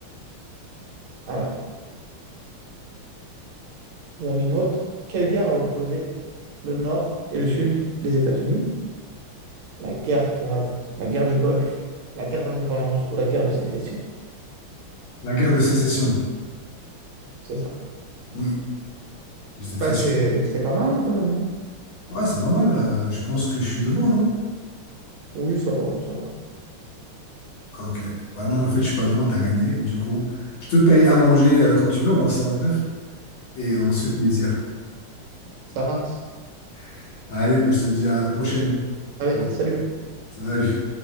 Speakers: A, on the right; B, on the left.
A: Alors, j'en ai une autre. Quelle guerre a opposé le nord et le sud des États-Unis? La guerre froide, la guerre du Golfe, la guerre d'indépendance ou la guerre de sécession.
B: La guerre de sécession.
A: C'est ça.
B: Oui. J'étais très
A: Bah,
B: sûr.
A: c'est c'est pas mal hein, quand même. hein.
B: Ouais, c'est pas mal, là. Je pense que je suis devant, non?
A: Oui, ça va, ça va.
B: Ok. Bah non, en fait, je suis pas devant, t'as gagné. Du coup, je te paye à manger euh, quand tu veux, on va en 129 et on se fait plaisir.
A: Ça marche.
B: <laughs> Allez, bah, je te dis à la prochaine.
A: Allez,
B: Bon,
A: salut.
B: salut.